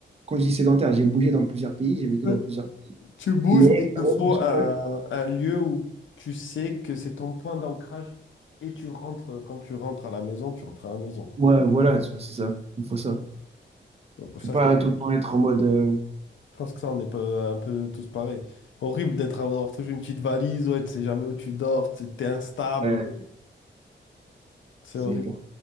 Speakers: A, on the right; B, on the left.
A: quand je dis sédentaire, j'ai bougé dans plusieurs pays, j'ai vécu
B: Euh,
A: dans plusieurs
B: Tu bouges,
A: Mais
B: mais il te
A: quand
B: faut
A: même, à chaque
B: un,
A: fois,
B: un lieu où tu sais que c'est ton point d'ancrage et tu rentres, quand tu rentres à la maison, tu rentres à la maison. quoi.
A: ouais, voilà, tu vois, c'est ça. Il faut ça.
B: Donc, pour
A: Je
B: ça,
A: peux pas
B: je
A: tout le temps être en mode. euh,
B: je pense que ça, on est pas un peu tous pareils. Horrible d'être avoir toujours une petite valise, ouais, tu sais jamais où tu dors, tu es instable.
A: ouais,
B: C'est
A: c'est
B: horrible.
A: hyper.